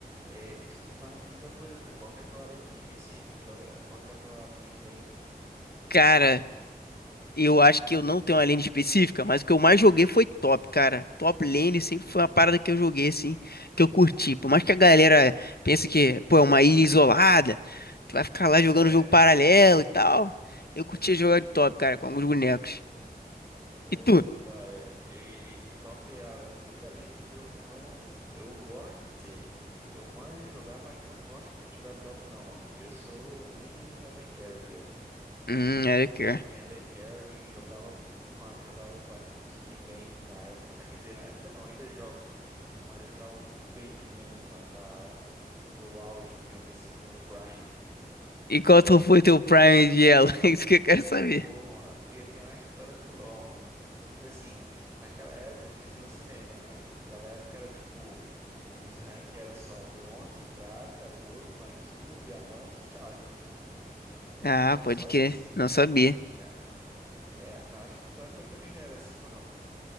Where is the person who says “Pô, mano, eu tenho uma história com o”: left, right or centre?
Right